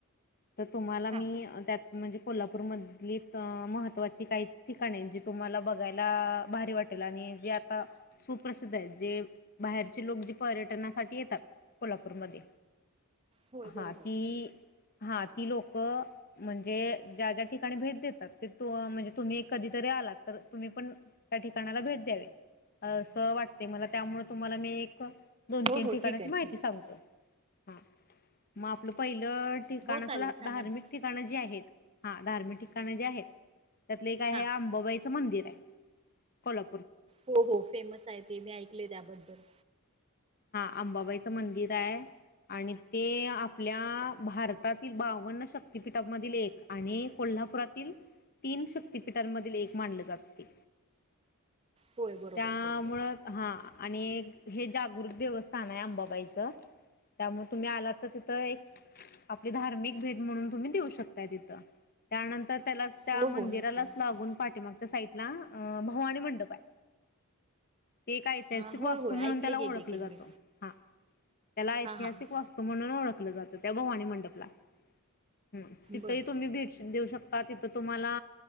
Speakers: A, on the left (about 45°); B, on the right (about 25°).
A: तर तुम्हाला मी
B: हा
A: त्यात म्हणजे कोल्हापूरमधली अं महत्त्वाची काही ठिकाणे जे तुम्हाला बघायला भारी वाटेल आणि जे आता सुप्रसिद्ध आहेत. जे बाहेरचे लोक जे पर्यटनासाठी येतात कोल्हा पूर मध्ये
B: होय
A: हां
B: बरोबर
A: ती हा ती लोक म्हणजे ज्या ज्या ठिकाणी भेट देतात ते तु म्हणजे तुम्ही कधीतरी आलात तर तुम्ही पण त्या ठिकाणाला भेट द्यावे असं वाटते मला त्यामुळे तुम्हाला मी एक दोन
B: हो
A: तीन
B: हो
A: ठिकाणाची
B: ठीक आहे
A: माहिती
B: ठीक
A: सांगतो
B: आहे
A: हा म आपलं पहिलं ठिकाण
B: हो
A: असं
B: चालेल
A: धा
B: सांगा
A: धार्मिक
B: ना
A: ठिकाण जी आहेत हां धार्मिक ठिकाण जे आहेत. त्यातलं एक आहे
B: हा
A: आंबाबाईचं मंदिर कोल्हा
B: हो हो फेमस आहे ते मी ऐकलय त्याबद्दल
A: आंबाबाईचं मंदिर आहे आणि ते आपल्या भारत तातील बावन्न शक्तीपीठांमधील एक आणि कोल्हापुरातील तीन शक्तीपीठांमधील एक मानलं जातं ते
B: होय बरोबर
A: त्यामुळं
B: बरोबर
A: हां आणि हे जागरूक देवस्थान आहे अंबाबाईचं त्यामुळ तुम्ही आलात तर तिथं एक आपली धार्मिक भेट म्हणून तुम्ही देऊ शकताय तिथं त्यानंतर त्यालाचं त्या
B: हो
A: मंदिरालाचं
B: हो नक्की नक्की
A: लागून पाठीमागच्या साईटला अं भवानी मंडप आहे. ते एक ऐतिहासिक
B: हा होय
A: वास्तू
B: होय
A: म्हणून
B: ऐकले
A: त्याला ओळखलं
B: हे देखील
A: जातं
B: मी
A: हां त्याला ऐतिहासिक
B: हा हा हा
A: वास्तू म्हणून ओळखलं जातं त्या भवानी मन <inaudible> हं तिथंही
B: बर
A: तुम्ही भेट देऊ शक ता तिथं तुम्हाला